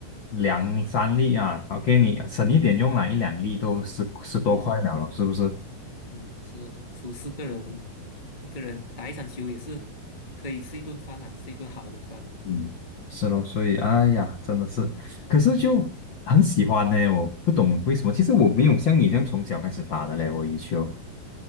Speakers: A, on the left; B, on the left.
A: 两三粒啊，OK，你省一点用啦，一两粒都十十多块了了，
B: 嗯嗯
A: 是不是？
B: 嗯，是哦，除四个人，一个人打一场球也是可以吃一顿饭啦，吃一顿好的饭的感觉。
A: 嗯，是咯，所以哎呀，真的是，可是就很喜欢呢，我不懂为什么。其实我没有像你这样从小开始打的嘞，我羽球，